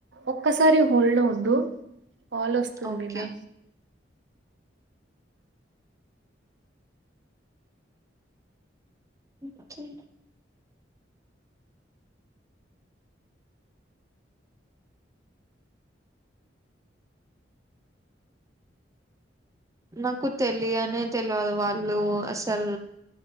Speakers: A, on the right; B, on the right.
A: ఒక్కసారి హోల్డ్ లో ఉండు కాల్ వస్తుంది
B: ఓకే
A: నా
B: ఓకే నాకు తెలియనే తెలువదు వాళ్లు అసల్